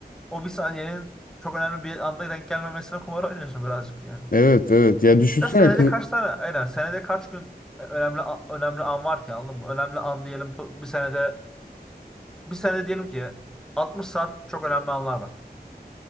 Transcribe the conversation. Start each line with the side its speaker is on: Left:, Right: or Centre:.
Centre: o bir saniyenin çok önemli bir anda denk gelmemesine kumar oynuyorsun birazcık yani.
Left: Evet evet ya düşünsene
Centre: Ya senede
Left: kız
Centre: kaç tane aynen senede kaç gün e, önemli a- önemli an var ki anladın mı? Önemli an diyelim to- bir senede bir senede diyelim ki 60 saat çok önemli anlar var.